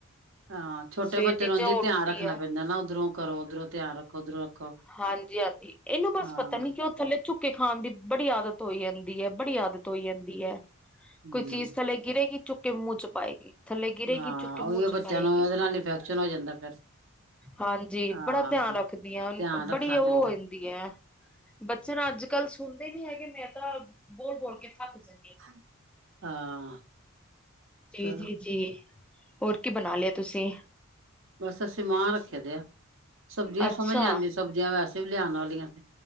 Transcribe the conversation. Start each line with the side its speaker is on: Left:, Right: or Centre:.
Right: ਹਾਂ ਛੋਟੇ
Centre: ਸਵੇਰ
Right: ਬੱਚੇ
Centre: ਦੀ
Right: ਨੂੰ ਓੰਝੀ
Centre: ਜੋ ਉੱਠਦੀ
Right: ਧਿਆਨ ਰੱਖਣਾ
Centre: ਹੈ
Right: ਪੈਂਦਾ ਨਾ ਉੱਧਰੋਂ ਕਰੋ ਉੱਧਰੋਂ ਧਿਆਨ ਰੱਖੋ ਉੱਧਰੋਂ ਰੱਖੋ।
Centre: ਹਾਂਜੀ ਹਾਂਜੀ ਇਹਨੂੰ ਬਸ
Right: ਹਾਂ
Centre: ਪਤਾ ਨੀ ਕਿਉਂ ਥੱਲੇ ਝੁੱਕ ਕੇ ਖਾਣ ਦੀ ਬੜੀ ਆਦਤ ਹੋ ਜਾਂਦੀ ਐ ਬੜੀ ਆਦਤ ਹੋ ਜਾਂਦੀ ਐ
Right: ਹਮ
Centre: ਕੋਈ ਚੀਜ਼ ਥੱਲੇ ਗਿਰੇਗੀ ਚੁੱਕ ਕੇ ਮੂੰਹ ਚ ਪਾਏਗੀ। ਥੱਲੇ ਗਿਰੇਗੀ
Right: ਹਾਂ
Centre: ਚੁੱਕ ਕੇ ਮੂੰਹ
Right: ਉਹੀ
Centre: ਚ
Right: ਬੱਚਿਆਂ
Centre: ਪਾਏ
Right: ਨੂੰ
Centre: ਗੀ
Right: ਉਹਦੇ ਨਾਲ ਇਨਫੈਕਸ਼ਨ ਹੋ ਜਾਂਦਾ ਫਿਰ
Centre: ਹਾਂਜੀ
Right: ਹਾਂ
Centre: ਬੜਾ ਧਿਆਨ ਰੱਖਦੀ ਆਂ
Right: ਧਿਆਨ
Centre: ਬੜੀ
Right: ਰੱਖਣਾ
Centre: ਉਹ
Right: ਪੈਂਦਾ
Centre: ਵੇ ਹੁੰਦੀ ਹੈ ਬੱਚੇ ਨਾ ਅੱਜ ਕੱਲ੍ਹ ਸੋਨਦੇ ਨੀ ਹੈਗੇ ਮੈਂ ਤਾਂ ਬੋਲ ਬੋਲ ਕੇ ਥੱਕ ਜਾ
Right: ਹਾਂ।
Centre: ਜੀ
Right: ਚਲੋ
Centre: ਜੀ ਜੀ ਹੋਰ ਕੀ ਬਣਾ ਲਿਆ ਤੁਸੀਂ।
Right: ਬਸ ਅਸੀਂ ਮਾਂਹ ਰੱਖੇ ਦੇ ਆ ਸਬਜ਼ੀਆਂ
Centre: ਅੱਛਾ
Right: ਸਮਝ ਨ ਆਂਦੀ ਸਬਜ਼ੀਆਂ ਵੈਸੇ ਵੀ ਲਿਆਣ ਵਾਲੀਆਂ ਸੀ।